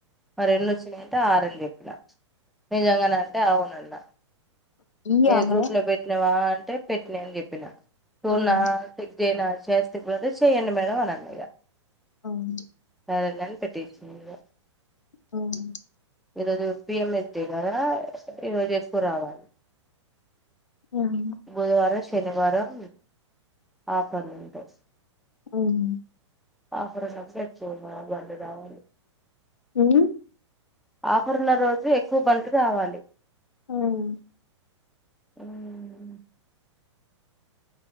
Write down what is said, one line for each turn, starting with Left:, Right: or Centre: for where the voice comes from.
Centre: ఆ రెండు వచ్చినై అంట ఆ రెండు చెప్పిన నిజంగాన అంటే అవునన్న
Left: ఈ
Centre: ఏ
Left: అన్నది
Centre: గ్రూప్లో పెట్టిన్వా అన్ అంటే పెట్టిన్యా అని జెప్పిన రున్నాటి
Left: అవును
Centre: జైనా చేస్తే కూడా చేయండి మేడం అని అన్న ఇగా
Left: మ్మ్
Centre: సరేలని పెట్టిషిన్దిగా
Left: అవునా
Centre: ఈరోజు పి ఎం ఎస్ టీ గదా ఈరోజు ఎక్కువ రావాలి
Left: మ్మ్
Centre: బుధవారం శనివారం ఆఫర్లుంటయ్
Left: మ్మ్
Centre: ఆఫరున్నప్పుడే ఎక్కువ బండ్లు రావాలి
Left: మ్మ్
Centre: ఆఫర్ల రోజే ఎక్కువ బండ్లు రావాలి.
Left: మ్మ్
Centre: మ్మ్